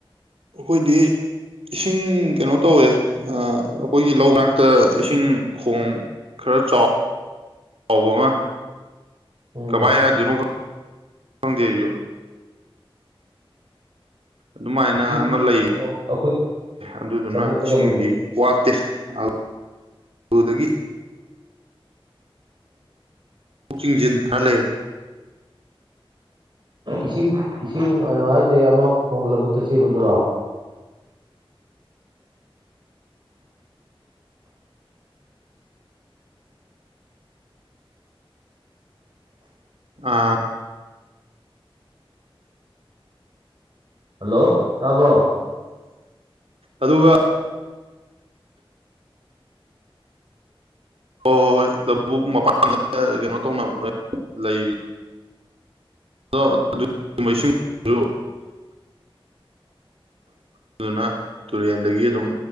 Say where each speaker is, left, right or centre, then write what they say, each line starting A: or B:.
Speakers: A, on the right; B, on the right.
A: ꯑꯩꯈꯣꯏꯗꯤ ꯏꯁꯤꯡ ꯀꯩꯅꯣ ꯇꯧꯋꯦ ꯑꯥ ꯑꯩꯈꯣꯏꯒꯤ ꯂꯧ ꯃꯅꯥꯛꯇ ꯏꯁꯤꯡ ꯈꯣꯡ ꯈꯔ ꯆꯥꯎ꯬꯬ ꯆꯥꯎꯕ ꯑꯃ
B: ꯎꯝ
A: ꯀꯃꯥꯏꯟ ꯍꯥꯏꯌꯗꯣꯏꯅꯣ ꯈꯡꯗꯦ ꯑꯩꯁꯨ ꯑꯗꯨꯃꯥꯏꯅ
B: ꯏꯁꯤꯡ
A: ꯑꯃ ꯂꯩ
B: ꯑꯣ ꯑꯩꯈꯣꯏ
A: ꯑꯗꯨꯗꯨꯅ
B: ꯂꯧꯕꯨꯛꯇ
A: ꯏꯁꯤꯡꯗꯤ
B: ꯀꯩꯅꯣ
A: ꯋꯥꯠꯇꯦ ꯑꯗꯨꯗꯒꯤ ꯏꯁꯤꯡꯁꯦ ꯑꯗꯨꯝ ꯊꯜꯂ ꯂꯩꯔꯦ
B: ꯏꯁꯤꯡ ꯏꯁꯤꯡ ꯅꯨꯡꯉꯥꯏꯁꯦ ꯑꯃꯥ ꯈꯣꯡ ꯂꯧꯕꯨꯛꯇ ꯆꯦꯟꯕꯗꯨꯔꯣ
A: ꯑꯥ
B: ꯍꯜꯂꯣ ꯇꯥꯕ꯭ꯔꯣ
A: ꯑꯗꯨꯒ ꯍꯣꯏ ꯍꯣꯏ ꯍꯣꯏ ꯂꯧꯕꯨꯛ ꯃꯄꯥꯟꯗ ꯀꯩꯅꯣ ꯇꯧꯅꯕ ꯂꯩꯕꯗꯨ ꯑꯣ ꯑꯗꯨ <unintelligible> ꯑꯗꯨꯅ ꯇꯨꯔꯦꯟꯗꯒꯤ ꯑꯗꯨꯝ